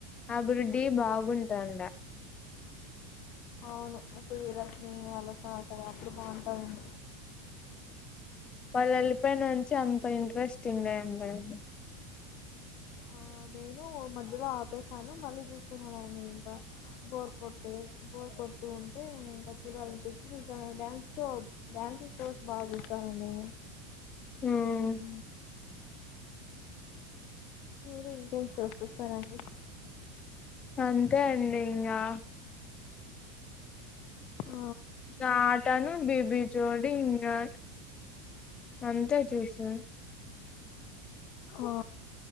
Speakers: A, on the left; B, on the left.
A: అప్పుడు డీ బాగుంటాండ్యా
B: అవును సుదీర్ రష్మీ వాళ్ల పాట అప్పుడు బాగుంటాండ్యా
A: వాళ్ళు వెళ్ళిపోయినుంచి అంత ఇంట్రెస్టింగ్ ఎమ్ లేదు
B: ఆ నేను మధ్యలో ఆపేశాను మళ్ళీ చూస్తున్నాను ఆయన ఇంకా బోర్కోటె బోర్కో చూస్తూ ఉంటే ఇంకా చూడలనిపించి చూసాను డ్యాన్స్ షో డ్యాన్స్ షోస్ బాగా చూస్తానండి
A: ఉమ్
B: ఉ మీరు ఇంకేమి చూసిస్తారండి
A: అంతే అండి ఇంగా
B: ఆ
A: ఆటాను బీబీ జోడి ఇంగా అంతే చూసేది
B: ఆ